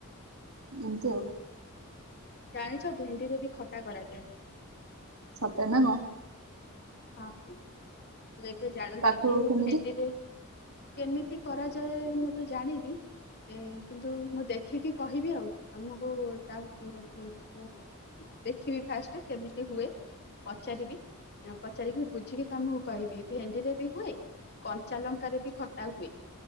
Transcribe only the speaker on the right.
ଏମିତି ଆଉ।
ସତେ ନା କଣ?
ତାକୁ
କେମିତି